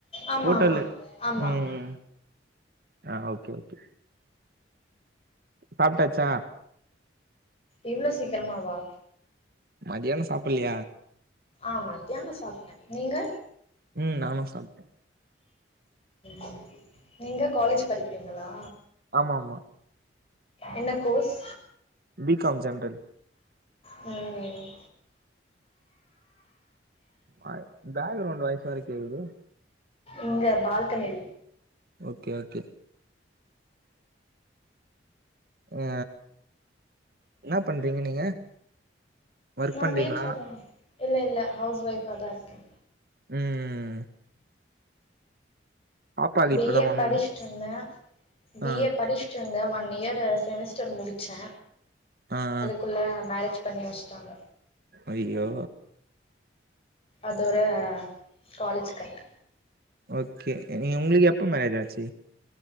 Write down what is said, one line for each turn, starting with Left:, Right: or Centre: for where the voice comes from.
Left: ஆமா
Right: ஃபோட்டோல
Left: ஆமா ஆமா
Right: ம்
Left: ஆமா
Right: ஆ ஓகே ஓகே சாப்ட்டாச்சா
Left: இவ்ளோ சீக்கிரமாவா
Right: மதியானோ சாப்பிட்லையா
Left: ஆ மத்தியானொ சாப்ட்டே நீங்க
Right: ம் நானு சாப்ட்டே
Left: ம் நீங்க காலேஜ் படிக்கிறீங்களா
Right: ஆமா ஆமா
Left: என்ன கோர்ஸ்
Right: பிகாம் ஜென்ரல்
Left: ம்
Right: ஆ பேக்ரவுண்ட் வாய்ஸ் வெற கேக்குது
Left: இங்க பால்கனில
Right: ஓகே ஓகே ஆ இன்னா பண்றீங்க நீங்க ஒர்க்
Left: நா
Right: பண்றீங்களா
Left: வீட்லதா இல்ல இல்ல ஹவுஸ் ஒய்ஃபா தா இருக்கே
Right: ம் பாப்பாக்கு
Left: பி
Right: இப்பதா
Left: ஏ
Right: ஒன்
Left: படிச்ட்ருந்த பி
Right: ஆ
Left: ஏ படிச் ட்ருந்த ஒன் இயர் செமிஸ்டர் முடிச்சே
Right: ஆ அ
Left: குள்ள மேரேஜ் பண்ணி வெச்ட்டாங்க
Right: ஐயோ
Left: அதோற காலேஜ் கட்
Right: ஓகே நீ உங்களுக்கு எப்ப மேரேஜ் ஆச்சு